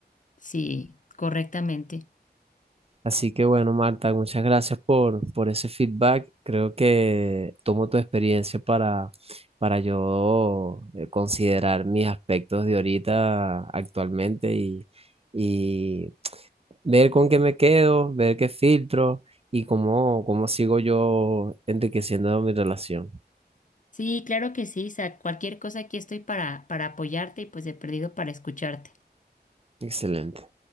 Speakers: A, on the left; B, on the right.
A: Sí, correctamente.
B: Así que bueno, Marta, muchas gracias por, por ese feedback. Creo que tomo tu experiencia para, para yo eh, considerar mis aspectos de ahorita actualmente y y ver con qué me quedo, ver qué filtro y cómo, cómo sigo yo enriqueciendo mi relación.
A: Sí, claro que sí, Isaac. Cualquier cosa aquí estoy para, para apoyarte y pues de perdido para escucharte.
B: Excelente.